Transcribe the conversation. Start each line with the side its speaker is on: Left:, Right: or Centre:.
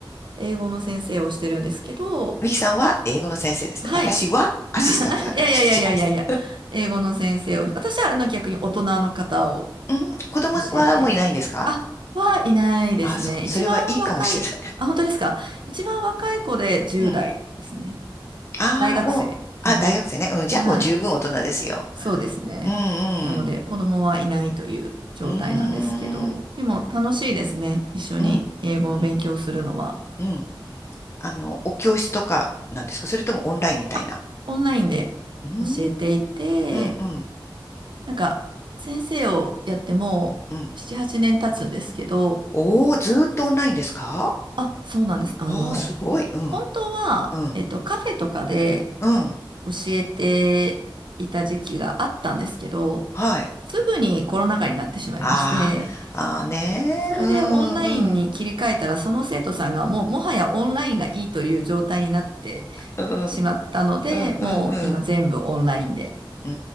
Right: 英語の先生をしてるんですけど、
Left: ミキさんは英語の先生ですね。
Right: はい。
Left: 私はアシスタントだからちょっと違います。
Right: <laughs> いやいやいやいやいやいや、英語の先生を、私はあの逆に大人の方を
Left: うん。子供はもういないんですか
Right: 教えていて、あ、はいないですね。
Left: あ、そう。
Right: 一番若い、
Left: それはいいかもしれない。
Right: あ、本当ですか一番若い子で10代ですね。
Left: <laughs> うん。ああ、
Right: 大学生。
Left: もう、
Right: はい。
Left: あ、大学生ね。うん。じゃあもう十分大人ですよ。
Right: はい。そうですね。
Left: うん
Right: なので、
Left: うん。
Right: 子供はいないという状態なんですけど、
Left: うーん。
Right: でも楽しいですね。一緒に英語を勉強するのは。
Left: うん。うん。うん。あの、お教室とかなんですかそれともオンラインみたいな。
Right: あ、オンラインで教えていて、
Left: うーん。うんうん。
Right: なんか、先生をやってもう
Left: うん。
Right: 7、8年経つんですけど、
Left: おー、ずーっとオンラインですか
Right: あ、そうなんです。あの、
Left: おー、すごい。うん、
Right: 本当は、
Left: うん、
Right: えっと、カフェとかで
Left: うん。
Right: 教えていた時期があったんですけど、
Left: はい。
Right: すぐにコロナ禍になってしまいまして、
Left: あー、あーねー。
Right: それでオンラインに切り替えたら、
Left: うん、うん、
Right: その生徒さんがもう、もはやオンラインがいいという状態になって
Left: うん、
Right: しまったので、
Left: うん、うん、
Right: もう今全部オンラインで
Left: うん。うー